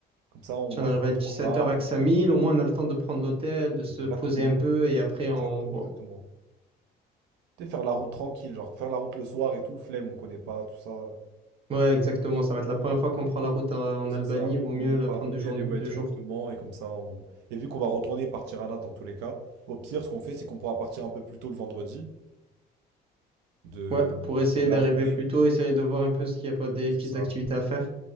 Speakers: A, on the right; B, on the right.
A: Comme ça, on
B: Si
A: n'arrive
B: on arrive
A: pas
B: à
A: trop
B: 17h
A: tard.
B: à Axamil,
A: on peut-
B: au moins, on a le temps de prendre l'hôtel, de se
A: Exactement.
B: poser un peu, et après, on
A: Exactement,
B: voit.
A: exactement. Tu sais, faire la route tranquille, genre faire la route le soir et tout, flemme, on connaît pas, tout ça.
B: Ouais, exactement. Ça va être la première fois qu'on prend la route en en
A: C'est
B: Albanie.
A: ça,
B: Vaut
A: vaut
B: mieux
A: mieux
B: la
A: pas.
B: prendre
A: Vaut mieux
B: deux jours,
A: y aller
B: deux
A: ouais, directement
B: jours.
A: et comme ça, on... Et vu qu'on va retourner par Tirana dans tous les cas, au pire, ce qu'on fait, c'est qu'on pourra partir un peu plus tôt le vendredi. de
B: Ouais,
A: de
B: pour essayer
A: là
B: d'arriver
A: où on est,
B: plus tôt, essayer de voir un peu ce qu'il y a pas des
A: c'est
B: petites
A: ça.
B: activités à faire.